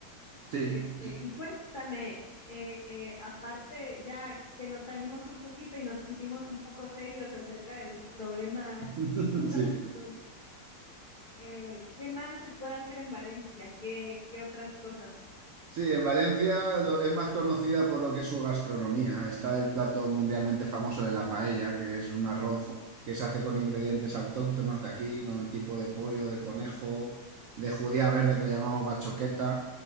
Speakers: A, on the right; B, on the left.
A: Sí,
B: Este,
A: sí,
B: y cuéntame, eh, aparte ya que nos salimos un poquito y nos pusimos un poco serios acerca de los problemas
A: <laughs>
B: <laughs> económicos.
A: sí.
B: Eh, ¿qué más se puede hacer en Valencia? ¿Qué, qué otras cosas?
A: Sí, en Valencia lo- es más conocida por lo que es su gastronomía. Está el plato mundialmente famoso de la paella, que es un arroz que se hace con ingredientes autóctonos de aquí, con el tipo de pollo, de conejo, de judía verde que le llamamos bachoqueta.